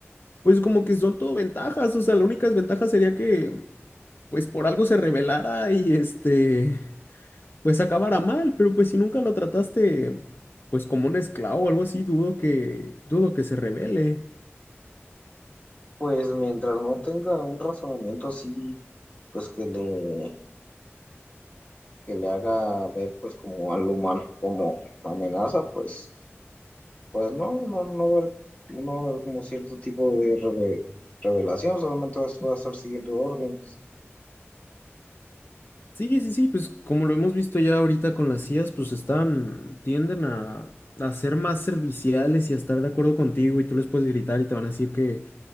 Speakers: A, on the left; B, on the left.
A: pues como que son todo ventajas, o sea, la única desventaja sería que, pues por algo se rebelara y este... pues acabara mal, pero pues si nunca lo trataste pues como un esclavo o algo así, dudo que dudo que se revele.
B: Pues mientras no tenga un razonamiento así, pues que le, que le haga ver pues como al humano como amenaza, pues, pues no, no, no va a haber, no va a haber como cierto tipo de reve- revelación, solamente vas- va a estar siguiendo órdenes.
A: Sí, sí, sí, pues como lo hemos visto ya ahorita con las IAs, pues están tienden a a ser más serviciales y a estar de acuerdo contigo y tú les puedes gritar y te van a decir que